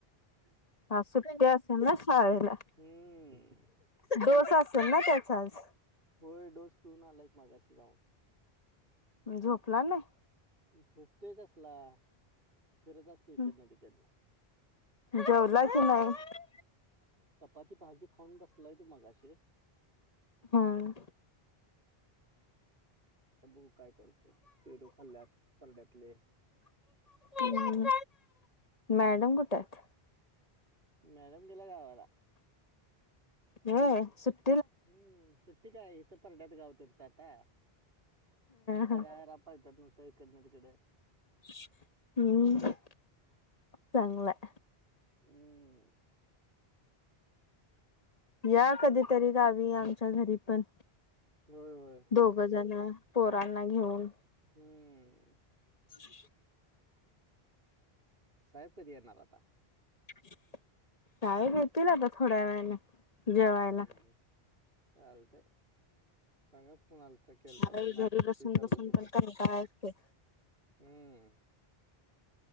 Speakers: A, on the left; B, on the right.
A: पा सुट्टी अस असलं ना सळेला
B: हम्म
A: डोस असेल ना त्याचा आज
B: होय डोस पिऊ ना लाक माझाशी जा
A: मी झोपला नाही
B: झोपतोय कसला फिरत असतो इकडन
A: हम्म.
B: तिकडन
A: जेवला की <unintelligible> नाही
B: चपाती भाजी खाऊन बसलाय तू मगा अशी
A: हम्म
B: अ ब काय करतोय पेरोू खाल्ल्यात परड्यातले
A: हम्म. मॅडम कुठत
B: मॅडम गेल्या गावाला
A: हेय सुप
B: हम्म सुट्टी काय इथं परड्यात गाव त्यांचं आता
A: ह
B: तररार पायतात नुसतं इकडन तिकडे
A: <unintelligible> हम् चांगलंय
B: हम्म
A: या कधीतरी गावी आमच्या घरी पण
B: होय होय
A: दोघ जण पोरांना घेऊन
B: हम्म
A: ह <unintelligible>
B: साहेब कधी येणार आता
A: साहेब येतील आता थोड्या वेळाने जेवायला
B: हम्म चालतेय सांगा फोन आलता केलता
A: अरे
B: म्हणून आठव
A: घरी बसून
B: वीचारतो
A: बसून
B: म्हणून
A: पण कंटाळा येतोय
B: हम्म